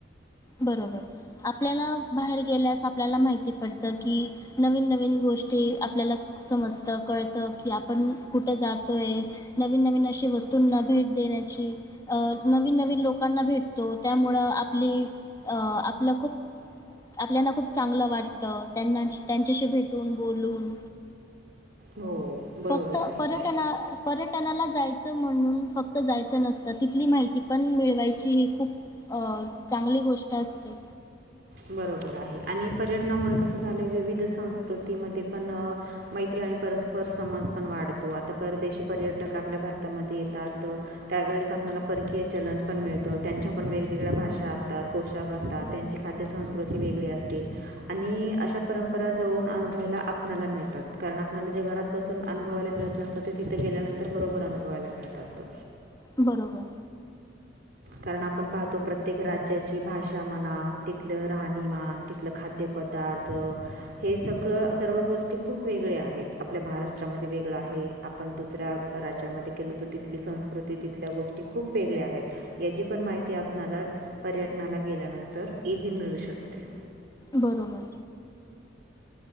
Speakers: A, on the left; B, on the right.
A: बरोबर आपल्याला बाहेर गेल्यास आपल्याला माहिती पडतं की, नवीन नवीन गोष्टी आपल्याला समजतं कळतं की आपण कुठं जातोय? नवीन नवीन अशी वस्तूंना भेट देण्याची. अ नवीन नवीन लोकांना भेटतो त्यामुळं आपली अ आपलं खूप. आपल्याना खूप चांगलं वाटतं त्यांना त्यांच्याशी भेटून बोलून.
B: हो बरोबर
A: फक्त
B: आहे
A: पर्यटना पर्यटनाला जायच. म्हणून फक्त जायचं नसतं तिथली माहिती पण मिळवायची हे खूप. चांगली गोष्ट असते.
B: बरोबर आहे आणि पर्यटनामुळे कसं झालंय विविध संस्कृतीमध्ये पण मैत्री आणि परस्पर पर समज पण वाढतो आता परदेशी पर्यटक आपल्या भारतामध्ये येतात. त्यावेळेस आपल्याला परकीय चलन पण मिळतं त्यांच्या पण वेगवेगळ्या भाषा असतात पोष. आसतात, त्यांची खाद्य संस्कृती वेगळी असते, आणि अशा परंपरा जवळून अनुभायला. अनुभवायला मिळतात, कारण आपल्याला जे घरात बसून अनुभवायला मिळत नसतं, ते तिथे गेल्यानंतर बरोबर अनुभवायला मिळत असतं.
A: बरोबर.
B: कारण आपण पाहतो प्रत्येक राज्याची भाषा म्हणा, तिथलं राहणीमान, तिथलं खाद्यपदार्थ, त हे सगळं, सर्व गोष्टी खूप वेगळ्या आहेत, आपल्या महाराष्ट्रामध्ये वेगळ्या आहेत, आपण दुसऱ्या राज्यामध्ये केल तर तिथली संस्कृती, तिथल्या गोष्टी खूप वेगळ्या आहेत. याची पण माहिती आपणाला पर्यटनाला गेल्यानंतर इझी मिळू शकते.
A: बरोबर.